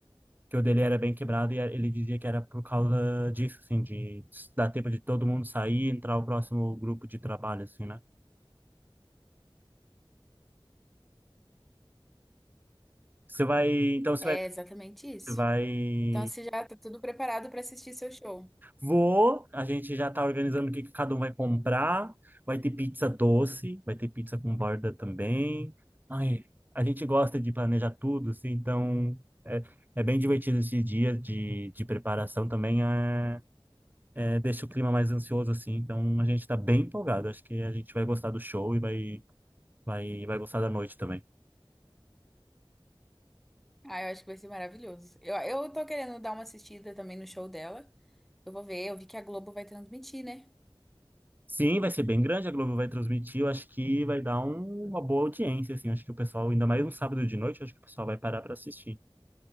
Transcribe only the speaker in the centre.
É
exatamente isso.
Então, você já tá tudo preparado para assistir seu show.
Ah, eu acho que vai ser maravilhoso. Eu, eu tô querendo dar uma assistida também no show dela. Eu vou ver, eu vi que a Globo vai transmitir, né?